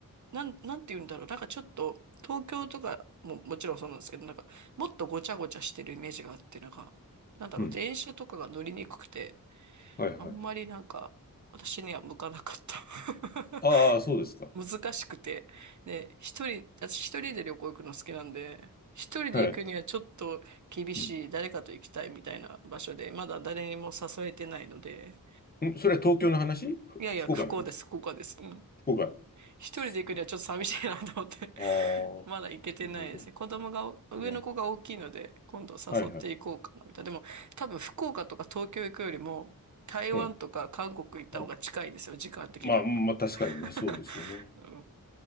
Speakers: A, on the right (about 55°); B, on the left (about 25°).
A: なん、なんて言うんだろう。なんかちょっと、東京とかももちろんそうなんですけど、なんか、もっとごちゃごちゃしてるイメージがあって、なんか、なんだろう、
B: うん。
A: 電車とかが乗りにくくて、
B: はいはい。
A: あんまりなんか、私には向かなかった。<laughs>
B: ああ、そうですか。
A: 難しくて。で、一人、私一人で旅行行くの好きなんで、一人で行くにはちょっと厳しい、
B: はい。うん。
A: 誰かと行きたいみたいな場所で、まだ誰にも誘えてないので、
B: んそれは東京の話ふ福岡の話。
A: いやいや、ここです、ここです。うん。
B: 福岡。
A: 一人で行くにはちょっと寂しいなと思って
B: すあ
A: <laughs> まだ行けてないですね。
B: あ、なるほど。
A: 子供が、上の子が大きいので、
B: ね。
A: 今度誘っていこうかな、
B: はいはい。
A: みたいな。でも、多分福岡とか東京行くよりも、台湾とか韓国行った方が近いんですよ、
B: うん。あ、
A: 時間的には。
B: まあ、まあ、確かにね、そうですよね。
A: <laughs> うん